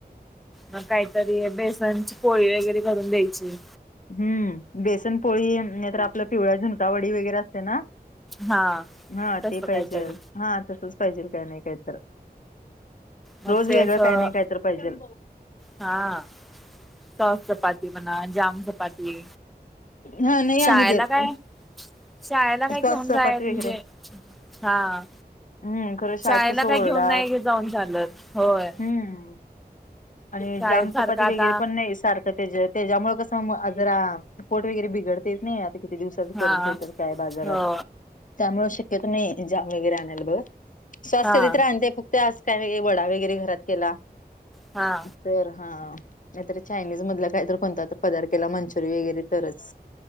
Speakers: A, in the centre; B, on the left.
A: मग काहीतरी बेसनची पोळी वगैरे करून द्यायची
B: हम्म बेसनपोळी नाही तर आपल्या पिवळ्या झुणकावडी वगैरे असते ना
A: हा.
B: हा
A: तसं
B: ते
A: काहीतरी
B: पाहिजे हा तसच पाहिजेल काय नाही काय तर
A: मग
B: रोज
A: ते
B: वेगळं
A: असं
B: काही नाही काय तर पाहिजे
A: हा सॉस चपाती बना जाम चपाती
B: हा नाही आम्ही
A: शाळेला
B: देत
A: काय शाळेला काय
B: श्वास
A: घेऊन
B: चपाती
A: जायल म्हणजे
B: वगैरे
A: हा
B: हम्म खरं शात
A: शाळेला
B: सोरडा
A: काय घेऊन नाही जाऊन चालत होय.
B: हम्म आणि
A: शाळेत
B: जामचपाती
A: सारखं आता
B: वगैरे पण नाही सारखं त्याच्यामुळे कसं जरा पोट वगैरे बिघडतेेत नाही आता ती दिवसाच करून
A: हा
B: ठेवतात काय बाजारात
A: हो
B: त्यामुळं शक्यतो नाही जाम वगैरे आणायला बघत सॉस
A: हा
B: कधीतर आणते फक्त आज कायर गे वडा वगैरे घरात केला.
A: हा.
B: तर हा नाहीतर चायनीज मधला काहीतर कोणता तर पदार केला मंचुरि वगैरे तरच.